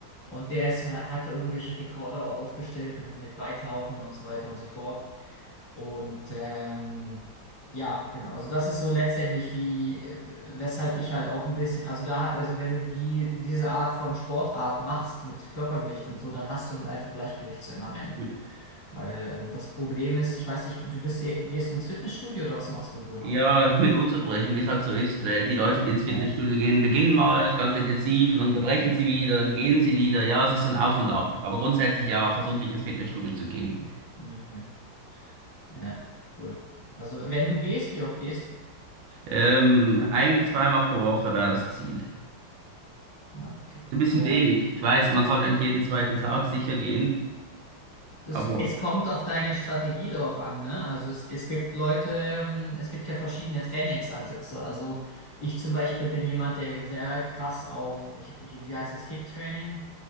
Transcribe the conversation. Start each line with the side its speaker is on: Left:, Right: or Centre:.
Left: Und der ist, hat da irgendwelche Rekorde aufgestellt mit, mit Beitauchen und so weiter und so fort. Und ähm, ja, genau. Also das ist so letztendlich wie, äh, weshalb ich halt auch ein bisschen, also da, also wenn du die, diese Art von Sportart machst mit Körpergewicht und so, dann hast du halt einfach Gleichgewichtssinn am Ende.
Right: Hm.
Left: Weil ähm, das Problem ist, ich weiß nicht, du bist, eh- gehst du ins Fitnessstudio oder was machst du genau?
Right: Ja, <laughs> mit Unterbrechen, wie es halt so ist, weil die Leute, die ins Fitnessstudio
Left: Äh,
Right: gehen, beginnen mal ganz intensiv und dann unterbrechen sie wieder, dann gehen sie wieder. Ja, es ist so ein Auf und Ab.
Left: hm,
Right: Aber grundsätzlich ja, versuche
Left: hm,
Right: ich ins Fitnessstudio zu gehen.
Left: okay. Ja, cool. Also wenn du gehst, wie oft gehst
Right: Ähm, eigentlich zweimal pro Woche wäre das Ziel.
Left: du? Ah, Okay.
Right: So ein bisschen
Left: Ja.
Right: wenig. Ich weiß, man sollte eigentlich jeden zweiten Tag sicher gehen,
Left: Es,
Right: aber
Left: es kommt auf deine Strategie drauf an, ne? Also es, es gibt Leute, ähm, es gibt ja verschiedene Trainingsansätze. Also ich zum Beispiel bin jemand, der sehr krass auf, ich, ich, wie heißt es, Hit-Training?